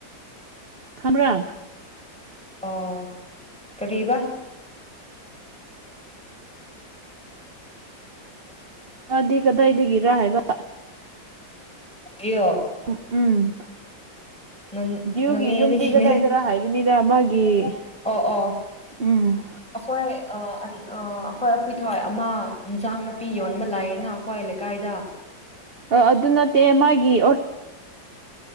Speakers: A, on the right (about 40°); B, in the centre.
A: ꯈꯪꯕ꯭ꯔꯥ
B: ꯑꯣ ꯀꯔꯤꯑꯕꯥ
A: ꯃꯥꯗꯤ ꯀꯗꯥꯏꯗꯒꯤꯔ ꯍꯥꯏꯕ
B: ꯑꯌꯣ
A: ꯎꯝ
B: ꯅꯪ
A: ꯗꯤꯌꯨꯒꯤ
B: ꯑꯩꯈꯣꯏ
A: ꯌꯨꯝꯗꯤ ꯀꯗꯥꯏꯗꯔ ꯍꯥꯏꯕꯅꯤꯗ ꯃꯥꯒꯤ ꯎꯝ
B: ꯑꯩꯈꯣꯏ ꯊꯋꯥꯏ ꯑꯃ ꯏꯟꯁꯥꯡ ꯅꯥꯄꯤ ꯌꯣꯟꯕ ꯂꯥꯛꯑꯌꯦꯅ ꯑꯩꯈꯣꯏ ꯂꯩꯀꯥꯏꯗ
A: ꯑ ꯑꯗꯨꯅ ꯇꯃꯒꯤ